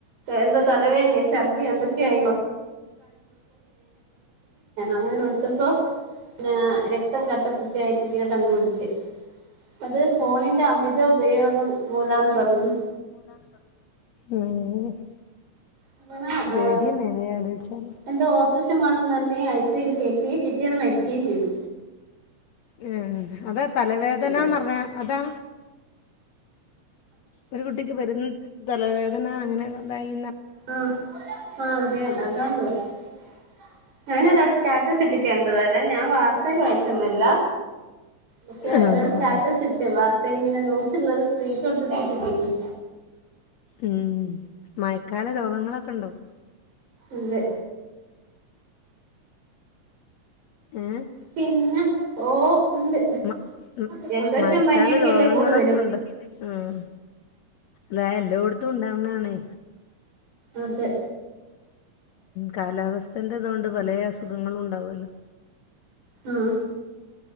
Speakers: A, on the right; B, on the left.
A: എന്താ തലവേന്നെയ ശർദി എന്ത്‌ <unintelligible> അങ്ങനെ എടുത്തപ്പോ പിന്ന രക്തം കട്ടപ്പിടിച്ചായിട്ട് ഇങ്ങനെ കണ്ടുപിടിച്ച് അത് ഫോണിന്റെ അമിത ഉപയോഗം മൂലാന്ന്
B: <unintelligible>
A: പറഞ്ഞു അങ്ങനെ
B: പേടിയന്നെല്ലേ
A: ഏ
B: ആലോചിച്ചാല്
A: എന്തോ ഓപ്പറേഷൻ വേണെന്ന് പറഞ് ഐ സി യു ല് കേറ്റി തീ പിറ്റേന്ന് മരിക്കയും ചെയ്ത്
B: ഉം അതാ തലവേദനാന്ന്റിഞ്ഞ
A: കാര്യം
B: അതാ ഒരു കുട്ടിക്ക് വരുന്ന തലവേദന അങ്ങനെണ്ടായി
A: ആഹ് ആഹ് അതേന്ന് <unintelligible> ഞാനതൊരാൾ സ്റ്റാറ്റസ് ഇട്ടിട്ട് കണ്ടതാ അല്ലാതെ ഞാൻ വാർത്തേല് വായിച്ചൊന്നല്ല പക്ഷെ
B: ആഹ്
A: ഒരാൾ സ്റ്റാറ്റസ്
B: ആഹ്
A: ഇട്ട് വാർ ഇങ്ങനെത്തേത് ന്യൂസിലുള്ളത് സ്ക്രീൻഷോട്ട് ഇട്ടിട്ട് ഇടില്ലേ
B: ഉം മയക്കാല രോഗങ്ങളൊക്കെ ണ്ടോ
A: ഇണ്ട്
B: ഏ
A: പിന്നെ ഓ ഉണ്ട്
B: മ മ
A: ജലദോഷം
B: മഴക്കാല
A: പനിയൊക്കെയല്ലേ
B: രോഗങ്ങളൊക്കെ
A: കൂടുതലും
B: ഇണ്ടോ ഉം ല്ലേ എല്ലോടുത്തും ഇണ്ടാവണതാണേ
A: അതെ
B: കാലാവസ്ഥന്റെ ഇതൊണ്ട് പലേ അസുഖങ്ങളും ഉണ്ടാവല്ലോ
A: ആഹ്